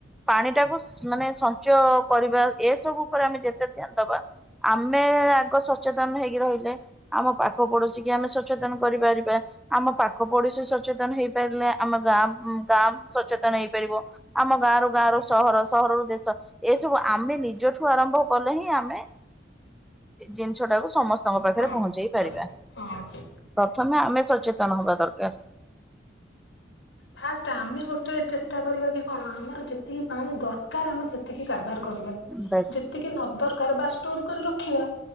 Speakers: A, in the centre; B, on the left.
A: ପାଣି ଟାକୁ ମାନେ ସଞ୍ଚୟ କରିବା ଏସବୁ ଉପରେ ଆମେ ଯେତେ ଧ୍ୟାନ ଦବା ଆମେ ଆଗ ସଚେତନ ହେଇକି ରହିଲେ ଆମ ପାଖ ପଡୋଶୀ କି ଆମେ ସଚେତନ କରିପାରିବା ଆମ ପାଖ ପଡିଶୀ ସଚେତନ ହେଇପାରିଲେ ଆମ ଗାଁ ଗାଁ ସଚେତନ ହେଇ ଆମ ଗାଁ ରରୁ ଗାଁ ର ସହର ସହରରୁ ଦେଶ ଏସବୁ ଆମେ ନିଜଠୁ ଆରମ୍ଭ କଲେ ହିଁ ଆମେ ଜିନିଷ ଟାକୁ ସମସ୍ତଙ୍କ ପାଖରେ
B: ହଁ
A: ପହଞ୍ଚେଇ ପାରିବା।
B: ହଁ।
A: ପ୍ରଥମେ ଆମେ ସଚେତନ ହବା ଦରକାର
B: ଫାଷ୍ଟ ଆମେ ଗୋଟେ ଚେଷ୍ଟା କରିବା କି କଣ ଆମର ଯେତିକି ପାଣି ଦରକାର ଆମେ ସେତିକି କାଢ଼ି ବ୍ୟବହାର କରିବା
A: ବାସ୍।
B: ଯେତିକି ନ ଦରକାର ବା ଷ୍ଟୋର କରି ରଖିବା।